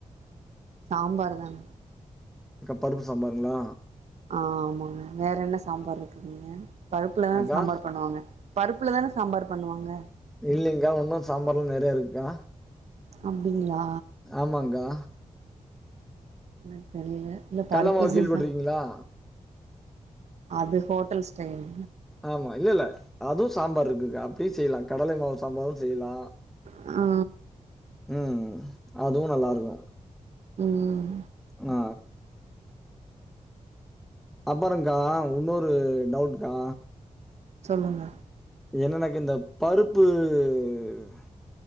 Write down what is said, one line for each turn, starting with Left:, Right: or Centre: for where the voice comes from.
Right: சாம்பார் தான்
Centre: அக்கா பருப்பு சாம்பாருங்களா
Right: ஆமாங்க வேற என்ன சாம்பார் இருக்குதுங்க பருப்புலதா
Centre: அக்கா
Right: சாம்பார் பண்ணுவாங்க பருப்புல தானே சாம்பார் பண்ணுவாங்க
Centre: இல்லங்கா ஒன்னோ சாம்பார்ல்லா நிறைய இருக்கா
Right: அப்டிங்களா
Centre: ஆமாங்கா
Right: என்ன தெரியல இல்ல பருப்புசிசா
Centre: கடல மாவு கேள்விப்பட்டுருக்கீங்களா?
Right: அது ஹோட்டல் ஸ்டைல்
Centre: ஆமா இல்ல இல்ல அதுவு சாம்பார் இருக்கு அப்டியு செய்யலா கடல மாவு சாம்பாரு செய்யலா
Right: ஆ
Centre: ம் அதுவு நல்லா இருக்கு
Right: ம்
Centre: ஆ அப்பொறங்கா இன்னொரு டவுட்கா
Right: சொல்லுங்க
Centre: என்ன எனக்கு இந்த பருப்பு ம்